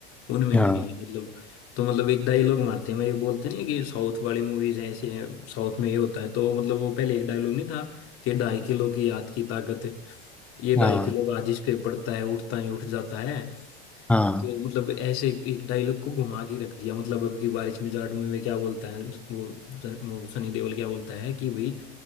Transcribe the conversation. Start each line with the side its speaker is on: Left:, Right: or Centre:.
Left: उनमें
Centre: हाँ
Left: भी नहीं मतलब तो मतलब एक डायलॉग मारते हैं मैं ये बोलते नहीं है कि साउथ वाली मूवीज ऐसे हैं साउथ में ये होता है तो मतलब वो पहले एक डायलॉग नहीं था कि ढाई किलो की याद की ताकत है ये ढाई
Centre: हाँ
Left: किलो का जिस पे पड़ता है उठता ही उठ जाता है
Centre: हाँ
Left: तो मतलब ऐसे एक डायलॉग को घुमा के रख दिया मतलब अब की बारिश में जाट मूवी में क्या बोलता है वो वो सनी देओल क्या बोलता है कि भाई